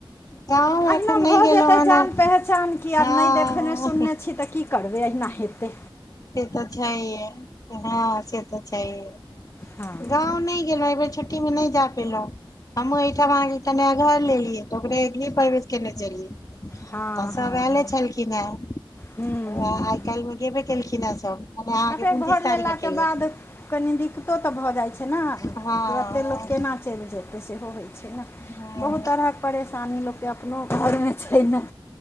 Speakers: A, on the left; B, on the left.
A: गाँव
B: अहिना
A: एखन
B: भऽ
A: नहि गेलहुँ
B: जेतै
A: हन
B: जान पहचान की
A: हँ
B: आब नहि देखने सुनने छी तऽ की की करबे यहिना हेते
A: से तऽ छैहे, हँ से तऽ छैहे
B: हँ
A: गाँव नहि। गेलं बेर छुट्टी मे नहि जा पेलहुँ हमहुँ एहिठाम तऽ घर लेलियै, तऽ ओकरे गृहप्रवेश केने छेलियै। तऽ
B: हँ
A: सभ
B: हँ
A: आयल
B: हँ
A: छलखिन हेँ,
B: हूँ
A: उएह आइ-काल्हिमे गेबे केलखिन हेँ सभ। मने अहाँके
B: आ फेर
A: उनतीस
B: घर
A: तारीखके
B: लेलाक
A: केलियै
B: बाद कनि दिक्कतो तऽ भऽ जाइत छै ने,
A: हँ
B: तुरते लोक केना। चलि जेतै, सेहो होइत छै ने।
A: हँ
B: बहुत तरहक परेशानी लोकके अपन घरमे सेहो होइत छै ने।